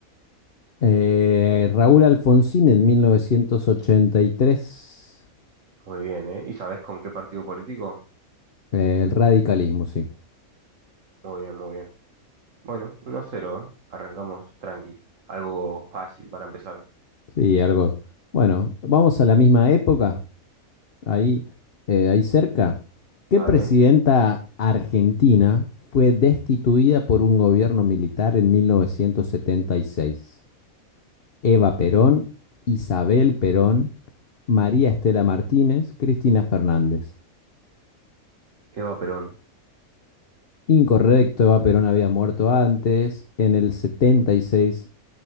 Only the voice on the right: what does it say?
Muy bien, ¿eh? ¿Y sabes con qué partido político?
Muy bien, muy bien. Bueno, 1 cero. ¿eh? Arrancamos tranqui. Algo fácil para empezar.
Dale.
Eva Perón,